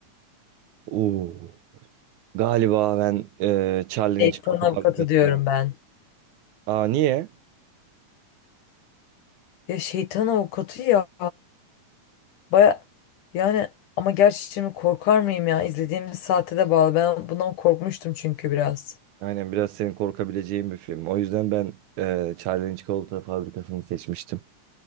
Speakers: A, on the right; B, on the left.
A: Oo. Galiba ben e, Charlie'nin
B: Şeytan
A: Çikolata
B: avukatı
A: Fabrikası'na.
B: diyorum ben.
A: Aa niye?
B: Ya şeytan avukatı ya. Baya yani ama gerçi şimdi korkar mıyım ya? İzlediğimiz saate de bağlı. Ben bundan korkmuştum çünkü biraz.
A: Aynen biraz senin korkabileceğin bir film. O yüzden ben eee Charlie'nin Çikolata Fabrikası'nı seçmiştim.